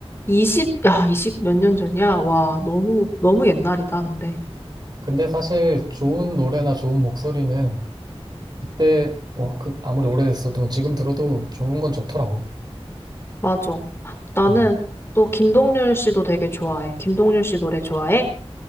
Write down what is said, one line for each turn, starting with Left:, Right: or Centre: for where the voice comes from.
Left: 20, 야, 20 몇 년 전이야? 와, 너무, 너무 옛날이다, 근데.
Right: <laughs> 근데 사실 좋은 노래나 좋은 목소리는 그때 뭐 그 아무리 오래됐어도 지금 들어도 좋은 건 좋더라고.
Left: 맞아. 나는
Right: 음.
Left: 또 김동률 씨도 되게 좋아해. 김동률 씨 노래 좋아해?